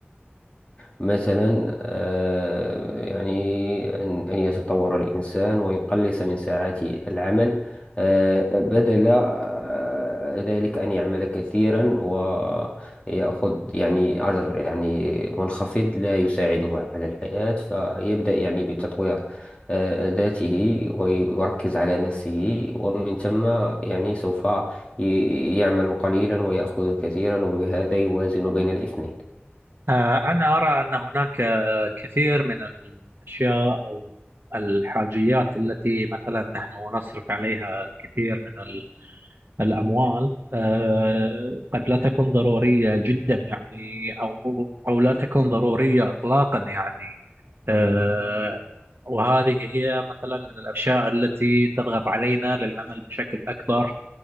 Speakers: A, on the left; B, on the right.
A: مثلا آه، يعني أن أن يتطور الإنسان ويقلص من ساعات العمل آه، بدل آه، ذلك أن يعمل كثيرا ويأخذ يعني أجر يعني منخفض لا يساعده على الحياة فيبدأ يعني بتطوير آه، ذاته ويركز على نفسه ومن ثم يعني سوف ي- يعمل قليلا ويأخذ كثيرا وبهذا يوازن بين الاثنين
B: آه، أنا أرى أن هناك آه، كثير من الأشياء أو الحاجيات التي مثلا نحن نصرف عليها الكثير من الأموال آه، قد لا تكون ضرورية جدا يعني أو أو لا تكون ضرورية إطلاقا يعني آه، وهذه هي مثلا من الأشياء التي تضغط علينا للعمل بشكل أكبر